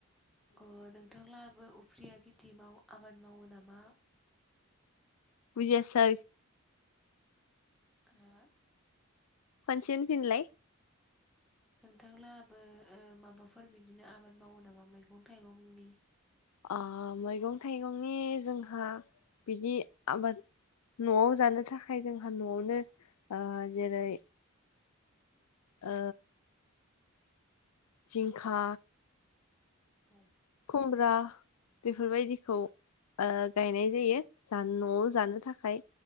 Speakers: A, in the centre; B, on the left (about 85°).
A: अ नोंथांलाहाबो उफ्रिया खेथि माव आबाद मावो नामा?
B: बुजियासै।
A: आ।
B: खनसे होनफिनलाय।
A: नोंथांलाहाबो ओ माबाफोर बिदिनो आबाद मावो नामा मैगं थाइगंनि?
B: अ मैगं थाइगंनि जोंहा बिदि आबाद न'आव जानो थाखाय जोंहा न'आवनो आ जेरै ओ। जिंखा
A: औ
B: खुमब्रा बेफोरबायदिखौ ओ गायनाय जायो जा न न'आव जानो थाखाय।